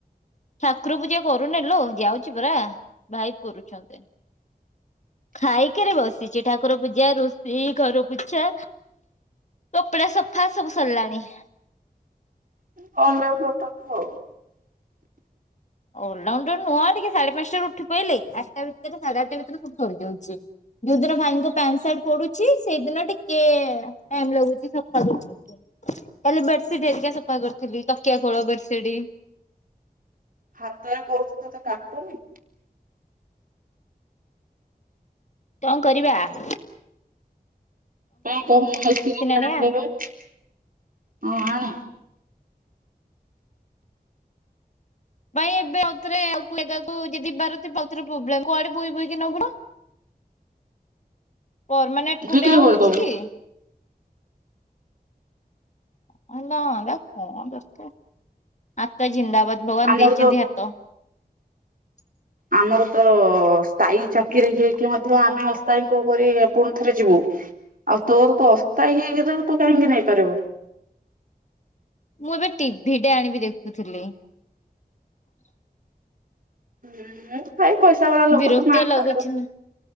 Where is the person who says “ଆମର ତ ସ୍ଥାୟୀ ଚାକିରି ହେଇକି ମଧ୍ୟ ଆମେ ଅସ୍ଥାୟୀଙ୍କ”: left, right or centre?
Right